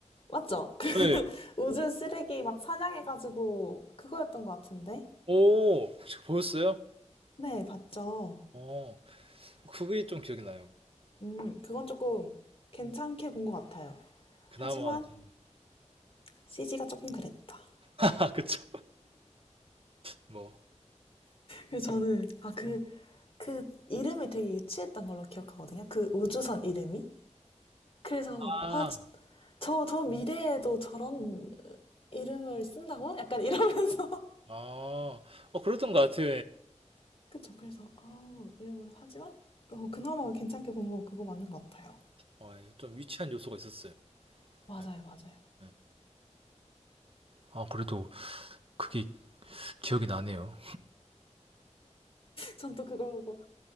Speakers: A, on the left; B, on the right.
A: 맞죠? <laughs> 그
B: 네.
A: 우주 쓰레기 막 사냥해가지고, 그거였던 것 같은데?
B: 오 혹시 보셨어요?
A: 네, 봤죠.
B: 어 그게 좀 기억이 나요.
A: 음, 그건 조금 괜찮게 본 것 같아요.
B: 그나마
A: 하지만,
B: <laughs>
A: CG가 조금 그랬다.
B: 아 그쵸. 뭐.
A: 그래서 저는, 아, 그, 그 이름이 되게 유치했던 걸로 기억하거든요. 그 우주선 이름이. 그래서
B: 아,
A: 아, 저, 저 미래에도 저런 이름을 쓴다고? 약간 이러면서. <laughs>
B: 아, 어, 그랬던 것 같아.
A: 그쵸. 그래서 아, 이러면서 하지만 어, 그나마 괜찮게 본 건 그거 맞는 것 같아요.
B: 어, 좀 유치한 요소가 있었어요.
A: 맞아요,
B: 네,
A: 맞아요.
B: 네. 아, 그래도 그게 기억이 나네요.
A: 전 또 그걸 보고